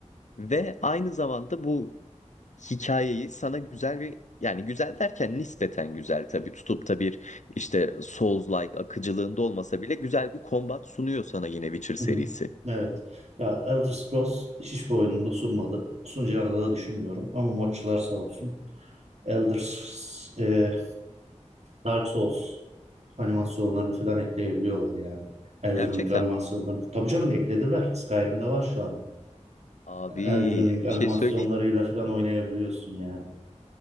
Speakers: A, on the left (about 75°); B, on the right (about 60°).
A: Ve aynı zamanda bu hikayeyi sana güzel bir yani güzel derken nispeten güzel tabii tutup da bir işte Souls-like akıcılığında olmasa bile güzel bir kombat sunuyor sana yine Witcher serisi.
B: Hı-hı. Evet. Ya Elder Scrolls hiçbir oyununda sunmadı. Sunacağını da düşünmüyorum ama modçular sağ olsun. Elder S- e, Dark Souls animasyonlarını falan ekleyebiliyorlar yani. Elden
A: Gerçekten
B: Ring animasyonlarını. Tabii canım eklediler. Skyrim'de var şu anda.
A: abi
B: Elden Ring animasyonlarıyla
A: bir şey söyleyeyim.
B: falan oynayabiliyorsun yani.